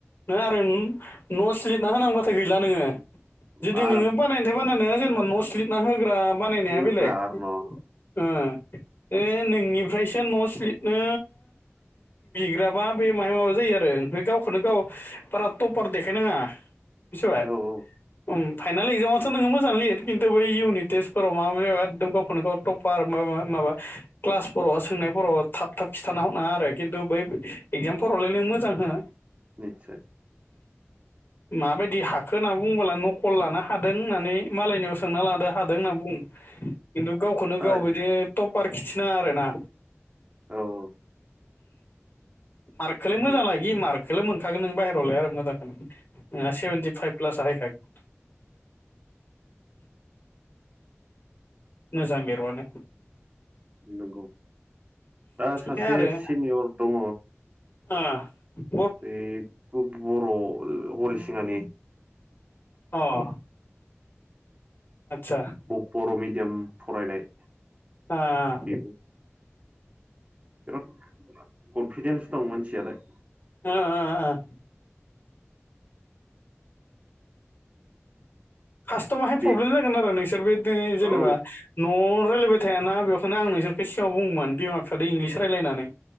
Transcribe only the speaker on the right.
मा
होग्रा
आरो
<inaudible>
न' औ औ
निस्सय
औ
औ
निस्सय
नंगौ दा सासे
सिनियर दङ
बेबो बर' हरिसिङानि
बर' मिडियाम फरायनाय
बेबो बिराद कनफिदेन्स दं मानसियालाय
बे
औ